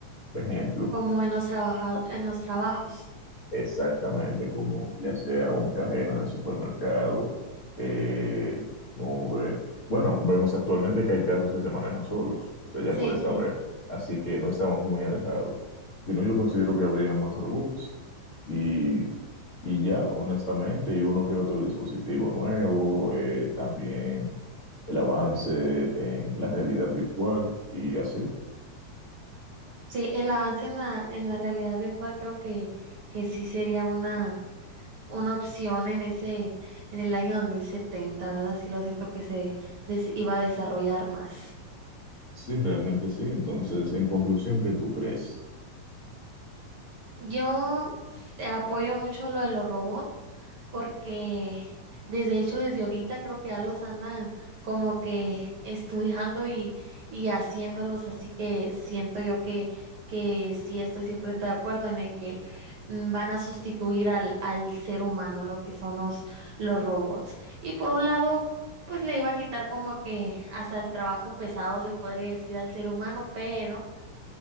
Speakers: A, on the left; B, on the right.
A: Por ejemplo,
B: Como en los trabaja- en los trabajos.
A: Exactamente, como ya sea un cajero en el supermercado, eh, Uber. Bueno, vemos actualmente que hay carros que se manejan solos, o sea, ya
B: Sí,
A: puedes
B: sí.
A: saber. Así que no estamos muy alejados. Si no, yo considero que habría más robots y, y ya, honestamente, y uno que otro dispositivo nuevo, eh, también el avance en la realidad virtual y así.
B: Sí, el avance en la, en la realidad virtual creo que, que sí sería una una opción en ese, en el año 2070, ¿verdad? Sí lo siento que se des- iba a desarrollar más.
A: Sí, realmente sí. Entonces, en conclusión, ¿qué tú crees?
B: Yo apoyo mucho lo de los robots porque desde hecho desde ahorita creo que ya los andan como que estudiando y, y haciéndolos, así que siento yo que, que sí estoy siempre de acuerdo en el que mm, van a sustituir al, al ser humano lo que son los, los robots. Y por un lado, pues le iba a quitar como que hasta el trabajo pesado se podría decir al ser humano, pero